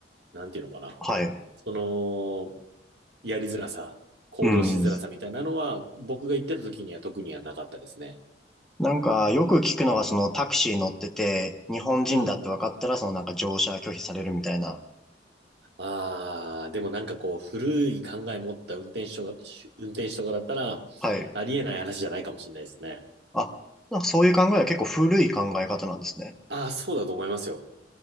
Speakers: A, on the right (about 65°); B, in the centre.
A: なんていうのかな。
B: はい、
A: その、やりづらさ、行動しづらさみたいなのは、
B: うん。
A: 僕が行ってた時には特にはなかったですね。
B: なんか、よく聞くのは、そのタクシー乗ってて、日本人だって分かったら、
A: うん。
B: そのなんか乗車拒否されるみたいな。
A: ああ、でもなんかこう、古い考え持った運転手とか、運転手とかだったら、
B: はい。
A: ありえない話じゃないかもしれないですね。
B: あ、なんかそういう考えは結構古い考え方なんですね。
A: ああ、そうだと思いますよ。